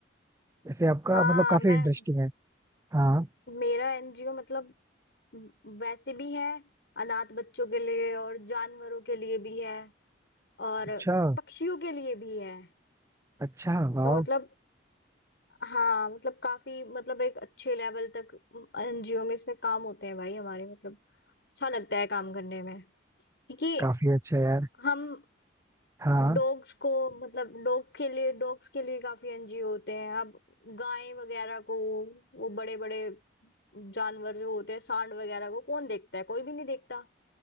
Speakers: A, on the right; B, on the left.
A: जैसे आपका
B: हाँ
A: मतलब काफी
B: मैं
A: इंटरेस्टिंग है हाँ
B: मेरा एनजीओ मतलब वैसे भी है अनाथ बच्चों के लिए और जानवरों के लिए भी है और
A: अच्छा
B: पक्षियों के लिए भी है
A: अच्छा वाह
B: तो मतलब हाँ मतलब काफी मतलब एक अच्छे लेवल तक एनजीओ में इसमें काम होते हैं भाई हमारे मतलब अच्छा लगता है काम करने में क्योंकि
A: काफी अच्छा यार
B: हम
A: हाँ
B: डॉग्स को मतलब डॉग के लिए डॉग्स के लिए काफी एनजीओ होते हैं अब गाय वगैरह को वो बड़े बड़े जानवर जो होते हैं सांड वगैरह को कौन देखता है कोई भी नहीं देखता